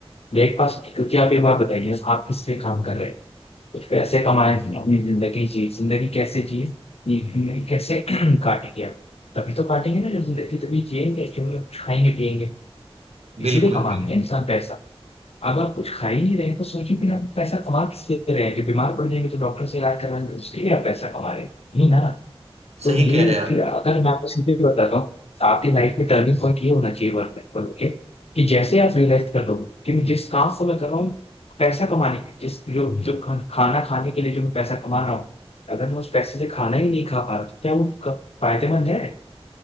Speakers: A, on the left; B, on the right.
A: ब्रेकफास्ट क्योंकि आप ये बात बताइए आप किस लिए काम कर रहे हो कुछ पैसे कमाए अपनी जिंदगी जी जिंदगी कैसे जिए ये जिंदगी कैसे <clears throat> काटेंगे आप तभी तो काटेंगे ना जब जिंदगी तभी जिएंगे क्योंकि कुछ खाएंगे पिएंगे
B: बिल्कुल
A: इसीलिए कमाना
B: बिल्कुल
A: है इंसान पैसा अब आप कुछ खा ही नहीं रहे हैं, तो सोचिए फिर आप पैसा कमा किससे रहे हैं? जो बीमार पड़ जाएंगे तो डॉक्टर से इलाज करवाएंगे उसके लिए आप पैसा कमा रहे हैं नहीं ना तो
B: सही
A: ये
B: कह रहे हैं आप
A: फिर अगर मैं आपको सीधे बताता हूँ आपकी लाइफ में टर्निंग पॉइंट ये होना चाहिए वर्क लाइफ को लेके कि जैसे आप रियलाइज कर लो कि मैं जिस काम को मैं कर रहा हूँ पैसा कमाने के जिस जो जो खा- खाना खाने के लिए जो मैं पैसा कमा रहा हूँ अगर मैं उस पैसे से खाना ही नहीं खा पा रहा तो क्या वो क- फायदेमंद है